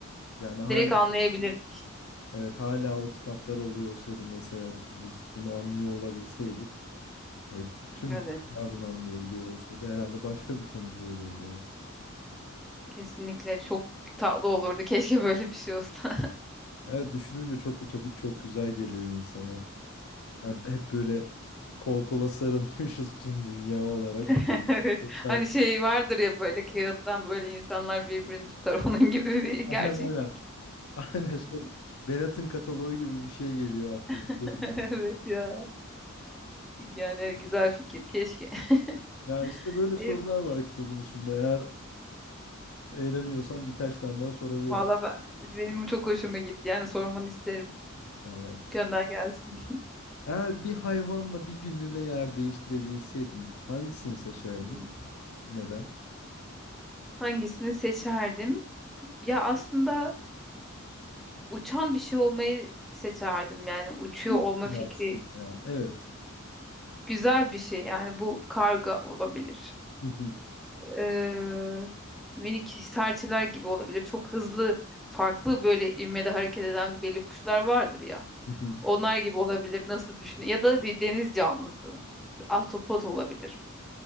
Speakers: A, on the left; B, in the centre.
A: Yani hala
B: Direkt anlayabilirdik.
A: evet hala o kitaplar oluyor olsaydı mesela biz bunu anlıyor olabilseydik. Evet, tüm
B: Evet,
A: dünya bunu anlayabiliyor olsaydı herhalde başka bir konumda olurdu ya.
B: kesinlikle çok tatlı olurdu. <laughs> Keşke böyle bir şey olsa.
A: Evet düşününce çok ütopik çok güzel geliyor insana. Yani hep böyle kol kola sarılmışız <laughs> tüm dünya olarak.
B: <laughs> Evet.
A: <laughs>
B: Hani şey vardır ya böyle kağıttan böyle insanlar birbirini tutar. <laughs> Onun gibi bir gerçeklik.
A: Aynen aynen. Aynen şey. Bennett'in kataloğu gibi bir şey geliyor aklıma
B: <laughs>
A: gözümün
B: Evet
A: önüne.
B: ya. Yani güzel fikir. Keşke. <laughs>
A: Ya işte böyle sorular
B: Evet,
A: var kitabın içinde. Eğer eğleniyorsan birkaç tane daha sorabilirim.
B: valla ben- benim bu çok hoşuma gitti. Yani sormanı isterim.
A: Tamam.
B: Gönder gelsin.
A: Eğer bir hayvanla bir günlüğüne yer değiştirebilseydin hangisini seçerdin?
B: Hmm.
A: Neden?
B: Hangisini seçerdim? Ya aslında uçan bir şey olmayı seçerdim. Yani uçuyor
A: Hiç
B: olma
A: bile
B: fikri
A: aslında ya. Evet.
B: güzel bir şey yani bu karga olabilir.
A: Hı hı,
B: Ee, minik serçeler gibi olabilir. Çok hızlı farklı böyle ivmede hareket eden belli kuşlar vardır ya.
A: hı hı,
B: Onlar gibi olabilir nasıl düşün ya da bir deniz canlısı Bir ahtapot olabilir.